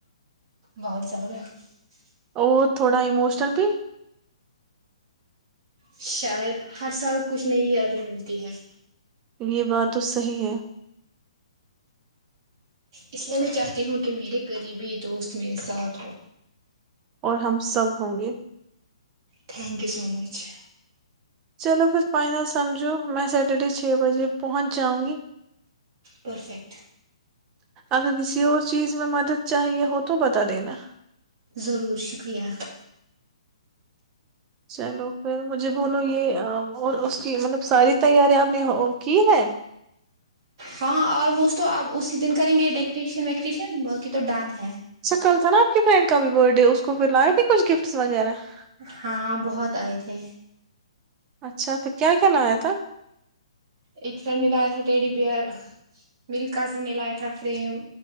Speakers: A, on the right (about 40°); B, on the right (about 20°).
A: بہت زارا <unintelligible>
B: اور تھوڑا اموشنل بھی <unintelligible>
A: شاید ہر سال کچھ نئی یادیں ملتی ہے
B: یہ بات تو صحیح ہے
A: اس لیے میں چاہتی ہوں کہ میرے قریبی دوست میرے ساتھ ہو
B: اور ہم سب ہوں گے
A: تھینک یو سو مچ <unintelligible>
B: چلو پھر فائنل سمجھو میں سٹرڈے چھ بجے پہنچ جاؤں گی
A: پرفیکٹ <unintelligible>
B: اگر کسی اور چیز میں مدد چاہیے ہو تو بتا دینا
A: ضرور شکریہ
B: چلو پھر مجھے بولو یہ اور اس کی مطلب ساری تیارییا آپ نے کی ہے <unintelligible>
A: ہاں آلموسٹ تو آپ اسی دن کریں گے ڈیکوریشن ویکریشن باقی تو ڈن ہے
B: اچکل تھا نا آ کی پریم کا بھی برھ ڈے اس کو پھر لائے تھچھ گفٹ <unintelligible> فٹس وغیرہ <unintelligible>
A: ہاں بہت آئے تھے
B: اچھا کیا کیا نامیا تھا
A: ایک فرینڈ نے لایا تھا ٹیڈی بیئر میری کزن نے لایا تھا فریم